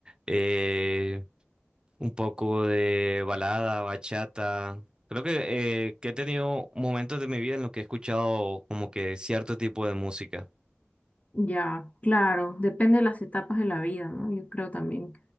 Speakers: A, on the right; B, on the left.
A: Eh, un poco de balada, bachata. Creo que, eh, que he tenido momentos de mi vida en los que he escuchado como que cierto tipo de música.
B: Ya, claro, depende de las etapas de la vida, ¿no? Yo creo también